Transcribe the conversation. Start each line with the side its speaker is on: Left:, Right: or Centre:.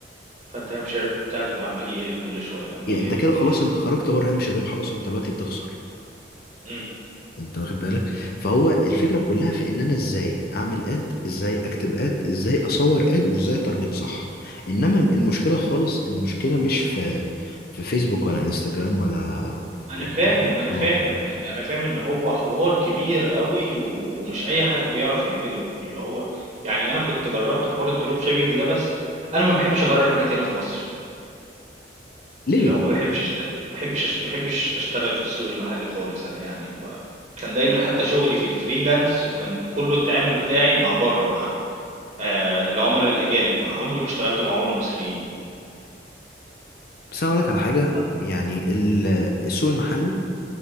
Right: فأنت هامش الربح بتاعك بي عمّال يقل كل شوية، عمّال
Left: يعني
Right: يقل
Left: انت كده
Right: كل
Left: خلاص
Right: شوية.
Left: انت خرجت بره هامش الربح اصلا انت دلوقتي بتخسر
Right: إمم.
Left: انت واخد بالك فهو الفكره كلها في ان انا ازاي اعمل اد ازاي اكتب اد ازاي اصور اد وازاي اتارجت صح انما المشكله خالص المشكله مش في في فيسبوك ولا انستجرام ولا
Right: أنا
Left: ولا
Right: فاهم،
Left: تيك توك
Right: أنا فاهم
Left: اه
Right: ح أنا فاهم إن هو حوار كبير أوي و ومش أي حد بيعرف يعمله، اللي هو يعني أنا كنت جرّبت حوار الdrop shipping ده بس أنا ما باحبّش أجرّب حاجات هنا في مصر،
Left: ليه
Right: اللي هو ما باحبّش أشت ما باحبّش أشت ما باحبّش أشتغل في السوق المحلي خالص أنا يعني ب كان دايمًا حتّى شغلي في الfreelance كان كُلّه التعامل بتاعي مع برّه، مع آآ العُملا الأجانب، مع عمري ما اشتغلت مع عُملا مصريين.
Left: بس انا اقول لك على حاجه
Right: نعم.
Left: يعني ال- السوق المحلي